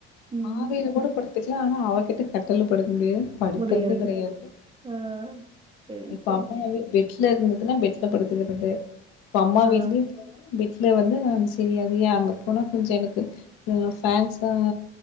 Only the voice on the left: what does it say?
பாதையில கூட படுத்துக்கலா ஆனா அவ கிட்ட கட்டல்ல படுக்க முடியாது படுக்கறதே
கிடையாது
இப்ப
அம்மா வீட் பெட்டுல இருந்ததுன்னா பெட்டுல படுத்துக்கிறது இப்ப அம்மா
வீட்லயு வீட்ல வந்து நா செரியாது ஏ அங்க போனா கொஞ்ச எனக்கு ஒரு ஃபேன்ஸ் வேர